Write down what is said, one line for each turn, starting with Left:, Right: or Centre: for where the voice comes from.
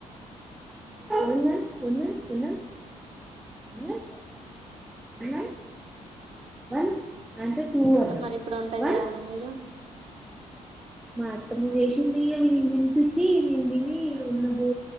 Centre: ఉన్న ఉన్న ఉన్న ఉన్న ఉన్న వన్ అంటే టూ
Right: ఇంకా
Centre: అంటాడు
Right: మరి ఇప్పుడు వంట
Centre: వన్
Right: చేయాలా మీరు
Centre: మా అత్తము చేసింది విం వినిపించి వింని ఉన్న బో